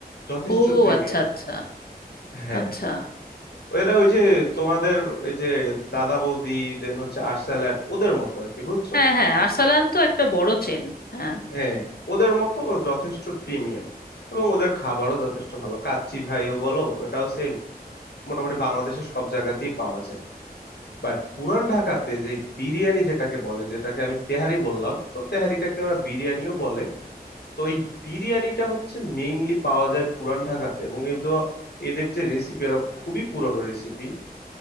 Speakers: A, on the left (about 85°); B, on the left (about 65°).
A: যথেষ্ট
B: ও
A: প্রিমিয়াম
B: আচ্ছা আচ্ছা
A: হ্যাঁ
B: আচ্ছা
A: এরা ওই যে তোমাদের এই যে দাদা বৌদি দেন হচ্ছে আর্সেল্যান্ড ওদের মতো আর কি বুঝছো
B: হ্যাঁ হ্যাঁ আরসালান তো একটা বড় চেন হ্যাঁ
A: হ্যাঁ ওদের মতো ও যথেষ্ট প্রিমিয়াম এবং ওদের খাবারও যথেষ্ট ভালো কাচ্চি ভাইও বলো ওটাও সেম মোটামুটি বাংলাদেশের সব জায়গাতেই পাওয়া যায় বাট পুরান ঢাকাতে যে বিরিয়ানি যেটাকে বলে যেটাকে আমি তেহারি বললাম তো তেহারিটাকে ওরা বিরিয়ানিও বলে তো এই বিরিয়ানিটা হচ্ছে মেইনলি পাওয়া যায় পুরান ঢাকাতে এবং এদের এদের যে রেসিপি এরা খুবই পুরানো রেসিপি